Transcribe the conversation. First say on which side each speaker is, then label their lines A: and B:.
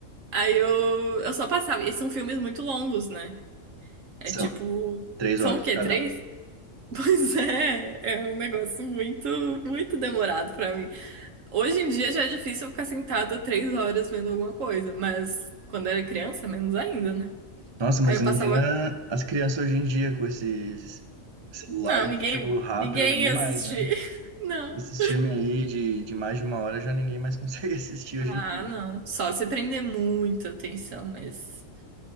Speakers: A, on the right (about 70°); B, on the right (about 30°).
A: Aí eu, eu só passava. E são filmes muito longos, né? É
B: São
A: tipo.
B: três
A: São
B: horas
A: o quê?
B: cada
A: Três?
B: um.
A: <laughs> Pois é, é um negócio muito, muito demorado pra mim. Hoje em dia já é difícil eu ficar sentada três horas vendo alguma coisa, mas quando era criança, menos ainda, né?
B: Nossa, mas
A: Aí eu
B: imagina
A: passava.
B: as crianças hoje em dia com esse celular,
A: Não,
B: estímulo
A: ninguém,
B: rápido,
A: ninguém
B: ninguém
A: ia
B: mais,
A: assistir.
B: né?
A: <laughs> Não.
B: Esses filmes aí de, de mais de uma hora já ninguém mais <laughs> consegue assistir hoje
A: Ah,
B: em dia.
A: não. Só se prender muita atenção, mas.